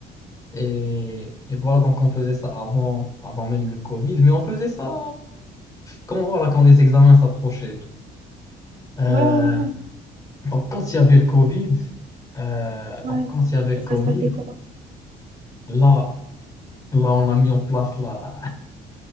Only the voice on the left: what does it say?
et, et voilà, donc on faisait ça avant, avant même le Covid, mais on faisait ça... quand voilà, quand les examens s'approchaient. Euh,
donc, quand il y avait le Covid, euh,
donc
quand il y avait le
Covid,
là, là, on a mis en place la,